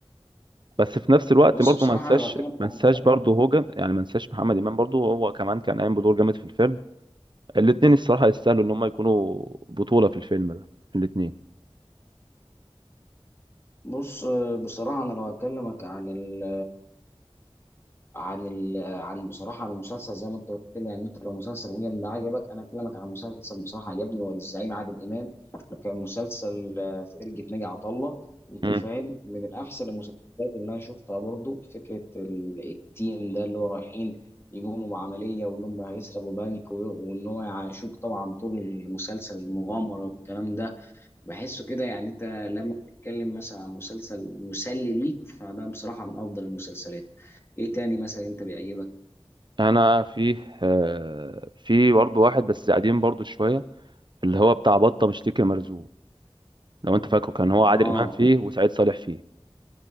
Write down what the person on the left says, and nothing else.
بص
بصراحه
انا بتكلم
عن
بص بصراحه انا لو هكلمك عن ال عن ال... عن بصراحه عن المسلسل زي ما انت قلت لي يعني انت لو مسلسل ويجن ده عجبك انا اكلمك عن مسلسل بصراحه عجبني هو للزعيم عادل امام وكان مسلسل آه، فرقه ناجي عطا الله انت
فاهم من الاحسن المسلسلات اللي انا شفتها برضو فكره ال- التيم ده اللي هو رايحين يقوموا بعمليه وان هم هيسرقوا بنك و- وان هو يعيشوك طبعا طول المسلسل المغامره والكلام ده بحسه كده يعني انت لما تتكلم مثلا عن مسلسل مسلي ليك فده بصراحه من افضل المسلسلات ايه تاني مثلا انت بيعجبك
اه